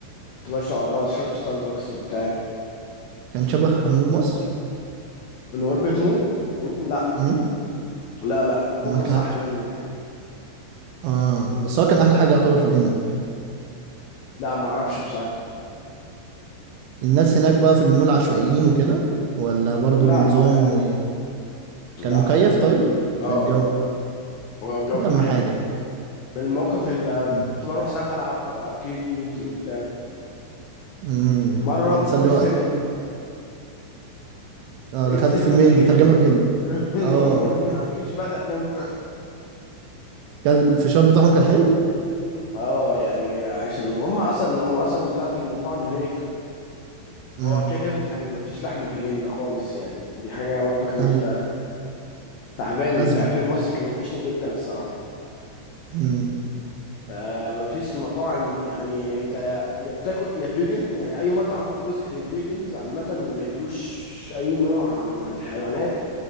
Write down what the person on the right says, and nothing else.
كان شبه مول مصر
امم
امال
كان عامل
إيه؟
اه بس هو كان احلى حاجه يعتبر في الهند
الناس هناك بقى في المول عشوائيين وكده ولا
برضو بنظام
وكان
مكيف
طيب عشان
الجو
دي
اهم
حاجه
امم
إمم،
بتسلي
وقتك
اه
دخلت
فيلم
هندي ترجمه بالهندي
اه
كان الفشار بتاعهم كان حلو
امم
ايوه
ازمه
امم